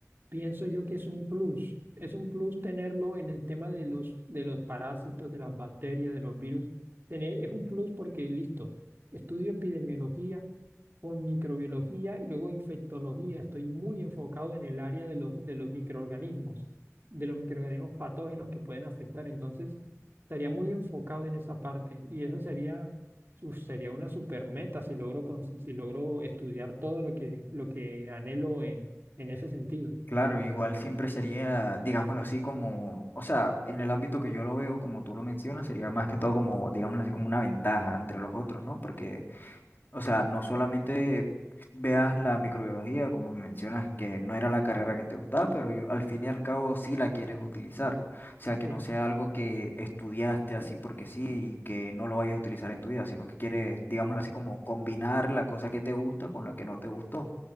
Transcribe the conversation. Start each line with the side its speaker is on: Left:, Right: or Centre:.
Right: pienso yo que es un plus. Es un plus tenerlo en el tema de los, de los parásitos, de las bacterias, de los virus. Tener, es un plus porque, listo, estudio epidemiología con microbiología y luego infectología. Estoy muy enfocado en el área de los, de los microorganismos, de los microorganismos patógenos que pueden afectar. Entonces, estaría muy enfocado en esa parte y eso sería, uf, sería una super meta si logro, cons- si logro estudiar todo lo que, lo que anhelo en, en ese sentido.
Left: Claro, igual siempre sería, digámoslo así, como, o sea, en el ámbito que yo lo veo, como tú lo mencionas, sería más que todo como, digámoslo así, como una ventaja entre los otros, ¿no? Porque O sea, no solamente veas la microbiología, como mencionas, que no era la carrera que te gustaba, pero y- al fin y al cabo sí la quieres utilizar. O sea, que
Right: Sí,
Left: no sea algo que estudiaste así porque sí y que no lo vayas a utilizar en tu vida, sino que quieres, digámoslo así, como combinar la cosa que te gusta con la que no te gustó.